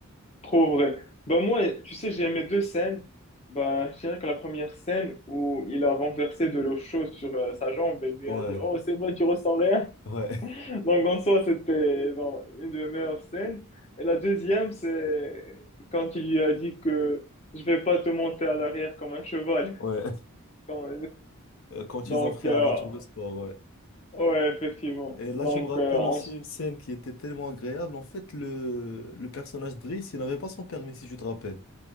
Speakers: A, on the left; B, on the left.
A: trop vrai. Bah moi, tu sais, j'ai aimé deux scènes. Bah, je dirais que la première scène où il a renversé de l'eau chaude sur euh, sa jambe et lui
B: Ouais,
A: a dit, Oh, c'est vrai, tu ressens rien.
B: <laughs> ouais,
A: <laughs> Donc en soi, c'était genre, une de mes meilleures scènes. Et la deuxième, c'est quand il lui a dit que je vais pas te monter à l'arrière comme un cheval.
B: ouais.
A: <laughs> Quand-
B: Euh, Quand
A: Donc,
B: ils ont pris
A: euh,
B: la voiture de sport, ouais.
A: ouais, effectivement.
B: Et
A: Donc,
B: là, tu me rappelles
A: euh, en...
B: aussi une scène qui était tellement agréable. En fait, le, le personnage de Driss, il n'avait pas son permis, si je te rappelle.